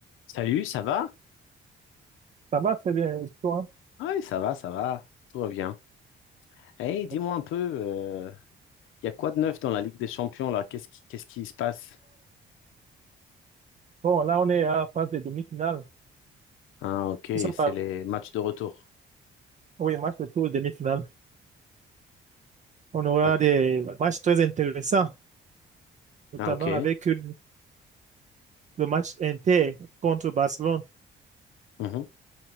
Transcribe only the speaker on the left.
Salut, ça va?
Oui, ça va, ça va, tout va bien. Hey, dis-moi
un peu, il y a quoi de neuf dans la Ligue des Champions là? Qu'est-ce qui, qu'est-ce qui se passe?
Ah, ok,
c'est
les matchs de retour.
Ah,
ah, ok.
Mhm.